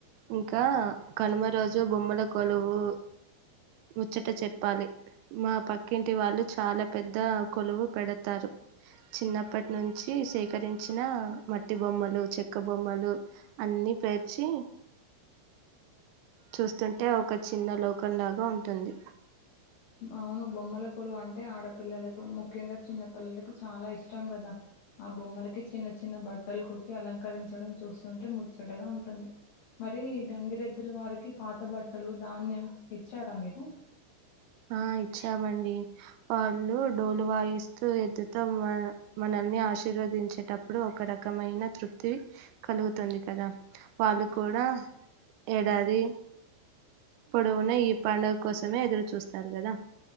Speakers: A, on the right; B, on the left.
A: ఇంకా కనుమ రోజు బొమ్మల కొలువు ముచ్చట చెప్పాలి మా పక్కింటి వాళ్ళు చాలా పెద్ద కొలువు పెడతారు చిన్నప్పటి నుంచి సేకరించిన మట్టి బొమ్మలు క్క బొమ్మలు అన్ని పేర్చి చూస్తుంటే ఒక చిన్న లోకంలాగా ఉంటుంది
B: అవును బొమ్మల లు అంటే ఆడపిల్లలకు ముఖ్యంగా చిన్న పిల్లలకు చాలా ఇష్టం కదా ఆ బొమ్మలకి చిన్న చిన్న బట్టలు కుట్టి అలంకరించడం చూస్తుంటే ముచ్చటగా ఉంటుంది మరి గంగిరెద్దుల వారికి పాత బట్టలు ధాన్యం ఇచ్చారా మీరు
A: ఆ ఇచ్చామండి వాళ్ళు డోలు వాయిస్ తు ఎద్దుతో మన మనల్ని ఆశీర్వదించేటప్పుడు ఒక రకమైన తృప్తి కలుగుతుంది కదా వాళ్ళు కూడా అ ఏడాది పొడువునా ఈ పండుగ కోసమే ఎదురు చూస్ తరు కదా